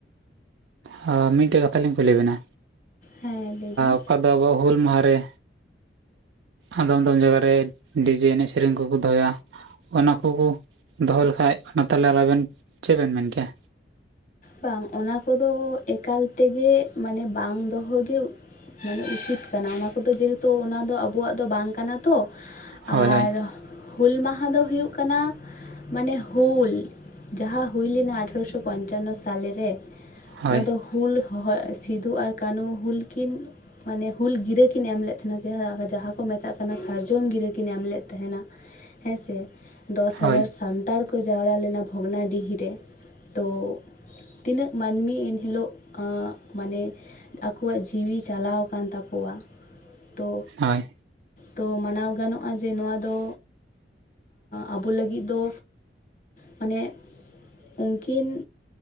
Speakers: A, on the right; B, on the left.
A: ᱦᱚᱸ ᱢᱤᱫᱴᱮᱡ ᱠᱟᱛᱷᱟ ᱞᱤᱧ ᱠᱩᱞᱤ ᱵᱤᱱᱟ,
B: ᱦᱮᱸ ᱞᱟᱹᱭ ᱵᱮᱱ
A: ᱚᱠᱟ ᱫᱚ ᱵᱚ ᱦᱩᱞ ᱢᱟᱦᱟ ᱨᱮ ᱟᱫᱚᱢ ᱟᱫᱚᱢ ᱡᱟᱭᱜᱟ ᱨᱮ ᱰᱤᱡᱮ ᱮᱱᱮᱡ ᱥᱮᱨᱮᱧ ᱠᱚᱠᱚ ᱫᱚᱦᱚᱭᱟ ᱚᱱᱟ ᱠᱚᱠᱚ ᱫᱚᱦᱚ ᱞᱮᱠᱟᱡ ᱚᱱᱟ ᱛᱟᱦᱟᱞᱮ ᱟᱵᱮᱱ ᱪᱮᱫ ᱵᱮᱱ ᱢᱮᱱ ᱠᱮᱭᱟ?
B: ᱵᱟᱝ ᱚᱱᱟ ᱠᱚᱫᱚ ᱮᱠᱟᱞ ᱛᱮᱜᱮ ᱢᱟᱱᱮ ᱵᱟᱝ ᱫᱚᱦᱚᱜᱮ ᱢᱟᱱᱮ ᱩᱪᱤᱛ ᱠᱟᱱᱟ ᱚᱱᱟ ᱠᱚᱫᱚ ᱡᱮᱦᱮᱛᱩ ᱚᱱᱟ ᱫᱚ ᱟᱵᱚᱣᱟᱜ ᱫᱚ ᱵᱟᱝ ᱠᱟᱱᱟ ᱛᱚ᱾
A: ᱦᱳᱭ
B: ᱟᱨ
A: ᱦᱳᱭ
B: ᱦᱩᱞ ᱢᱟᱦᱟ ᱫᱚ ᱦᱩᱭᱩᱜ ᱠᱟᱱᱟ ᱢᱟᱱᱮ ᱦᱩᱞ ᱡᱟᱦᱟᱸ ᱦᱩᱭ ᱞᱮᱱᱟ ᱟᱴᱷᱨᱚᱥᱚ ᱯᱚᱧᱪᱟᱱᱱᱚ ᱥᱟ ᱥᱟᱞᱮ ᱨᱮ
A: ᱦᱳᱭ
B: ᱚᱱᱟ ᱫᱚ ᱦᱩᱞ ᱦᱚᱦᱚ ᱥᱤᱫᱩ ᱟᱨ ᱠᱟᱹᱱᱩ ᱦᱩᱞ ᱠᱤᱱ ᱢᱟᱱᱮ ᱦᱩᱞ ᱜᱤᱨᱟᱹ ᱠᱤᱱ ᱮᱢ ᱞᱮᱫ ᱛᱟᱦᱮᱱᱟ ᱡᱟᱦᱟᱸ ᱠᱚ ᱢᱮᱛᱟᱜ ᱠᱟᱱᱟ ᱥᱟᱨᱡᱚᱢ ᱜᱤᱨᱟᱹ ᱠᱤᱱ ᱮᱢ ᱞᱮᱫ ᱛᱟᱦᱮᱱᱟ ᱦᱮᱸ ᱥᱮ ᱫᱚᱥ ᱦᱟᱡᱟᱨ
A: ᱦᱳᱭ
B: ᱥᱟᱱᱛᱟᱲ ᱠᱚ ᱡᱟᱣᱨᱟ ᱞᱮᱱᱟ ᱵᱷᱚᱜᱽᱱᱟᱰᱤᱦᱤ ᱨᱮ ᱛᱚ ᱛᱤᱱᱟᱹᱜ ᱢᱟᱹᱱᱢᱤ ᱮᱱ ᱦᱤᱞᱳᱜ ᱢᱟᱱᱮ ᱟᱠᱚᱣᱟᱜ ᱡᱤᱣᱤ ᱪᱟᱞᱟᱣ ᱟᱠᱟᱱ ᱛᱟᱠᱚᱣᱟ, ᱛᱚ
A: ᱦᱳᱭ
B: ᱛᱚ ᱢᱟᱱᱟᱣ ᱜᱟᱱᱚᱜᱼᱟ ᱡᱮ ᱱᱚᱣᱟ ᱫᱚ ᱟᱵᱚ ᱞᱟᱹᱜᱤᱫ ᱫᱚ ᱢᱟᱱᱮ ᱩᱱᱠᱤᱱ